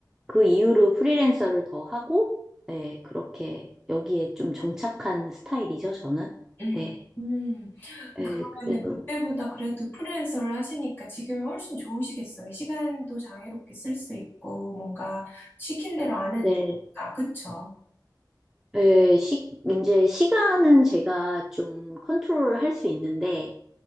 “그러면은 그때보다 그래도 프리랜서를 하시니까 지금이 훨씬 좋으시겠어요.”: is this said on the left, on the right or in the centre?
Left